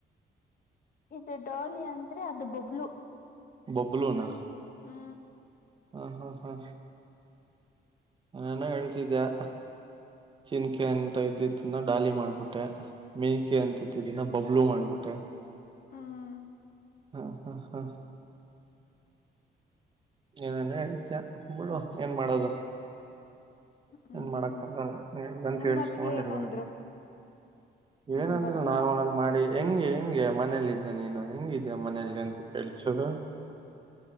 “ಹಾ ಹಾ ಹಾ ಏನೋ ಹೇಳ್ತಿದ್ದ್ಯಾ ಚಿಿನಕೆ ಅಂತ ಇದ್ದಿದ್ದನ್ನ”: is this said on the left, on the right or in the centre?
Right